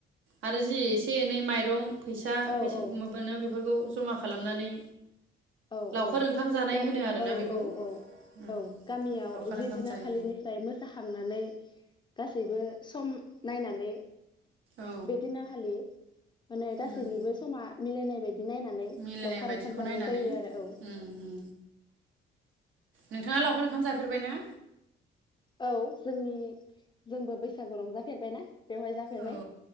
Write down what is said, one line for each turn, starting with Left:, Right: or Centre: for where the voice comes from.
Right: आरो जि एसे एनै माइरं फैसा
Left: औ
Right: फैसा
Left: औ
Right: मोबो बेफोरखौ जमा खालामनानै
Left: औ
Right: लावखार
Left: औ
Right: ओंखाम जानाय
Left: गाम
Right: होनो आरोना
Left: औ
Right: बेखौ
Left: औ औ
Right: उम
Left: औ गामियाव
Right: लावखार
Left: ज
Right: ओंखाम
Left: दिना
Right: जायो
Left: खालिनिफ्राय मोसाखांनानै गासैबो सम नायनानै
Right: औ
Left: बेदिना खालि माने गासैनिबो
Right: उम
Left: समा मिलायनाय बायदि नायनानै
Right: मिलायनाय
Left: लावखार
Right: बायदिखौ
Left: ओंखाम जानाय
Right: नायनानै
Left: जायो आरो औ।
Right: उम उम नोंथाङा लावखार ओंखाम जाफेरबाय ना?
Left: औ जोंनि जोंबो बैसागु रंजाफेरबायना। बेवहाय जाफेरबाय।
Right: औ